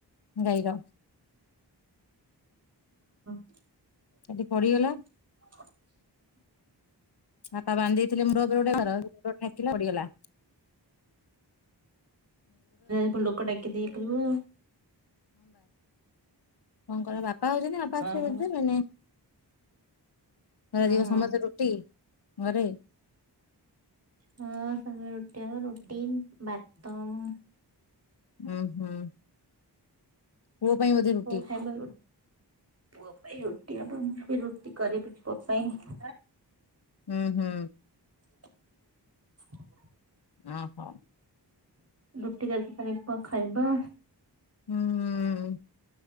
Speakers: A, on the left (about 65°); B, on the right (about 35°).
A: ଗାଇ ର।
B: <inaudible>
A: ଆଜି ପଡିଗଲା।
B: <inaudible>
A: ହାଟା ବାନ୍ଧି ଦେଇଥିଲେ ମୁ <unintelligible> <unintelligible> ପଡ଼ିଗଲା।
B: ଆପ ଲୋକ ଟାକି ଦେଇ ଥୀବ।
A: କଙ୍କର ବାପା ପାଉଛନ୍ତି ନା ପାଞ୍ଚରେ
B: ଓହୋ
A: ବଝିଦବେନି। କରିବ
B: ହୁଁ ହୁଁ
A: ସମସ୍ତେ ରୁଟି। ଘରେ।
B: ହଁ ସମ ରୁଟି ରୁଟି ବାଦାମ।
A: ହଁ ହମ୍ଁ। ପୁଅ ପାଇଁ ବୋଧେ ରୁଟି।
B: ଖାଇବ ପୁଅ ପାଇଁ ରୁଟି ହବ <unintelligible> ରୁଟି କରିବି ପୁଅ ପାଇଁ।
A: ହୁଁ ହୁଁ।
B: <inaudible>
A: ଓ ହୋ,
B: ରୁଟି ଯାଉଚି କରିବି ପୁଅ ଖାଇବ,
A: ହୁଁ